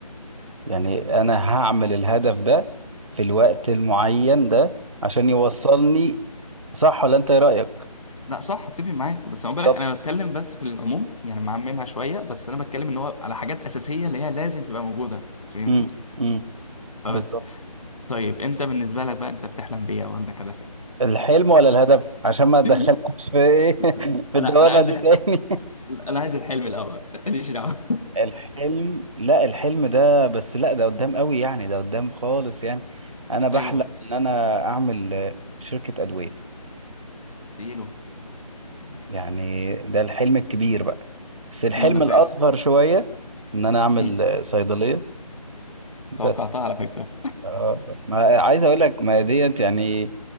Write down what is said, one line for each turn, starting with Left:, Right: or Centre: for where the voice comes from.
Right: يعني أنا هعمل الهدف ده في الوقت المعين ده عشان يوصلني صح ولا أنت إيه رأيك؟
Left: لا صح اتفق معاك بس انا
Right: بالظبط
Left: بالك انا بتكلم بس في العموم يعني معممها شويه بس انا بتكلم ان هو على حاجات اساسيه اللي هي لازم تبقى موجوده فاهمني
Right: امم امم
Left: فبس
Right: بالظبط
Left: طيب انت بالنسبه لك بقى انت بتحلم بيه او عندك هدف
Right: الحلم ولا الهدف عشان ما تدخلكش
Left: إيه؟
Right: في إيه <laughs>
Left: <laughs>
Right: في
Left: انا
Right: الدوامة
Left: انا عايز
Right: دي
Left: الح...
Right: تاني
Left: انا عايز الحلم الاول ماليش دعوه
Right: <laughs> الحلم لا الحلم ده بس لا ده قدام قوي يعني ده قدام خالص يعني أنا بحلم
Left: <laughs> ايوه ماشي
Right: إن أنا أعمل آه، شركة أدوية
Left: اديله
Right: يعني ده الحلم الكبير بقى بس الحلم
Left: ما انا فاهم
Right: الأصغر شوية إن أنا أعمل
Left: مم.
Right: آه، صيدلية بس
Left: توقعتها على فكره
Right: آه، ما عايز أقول لك ما ديت يعني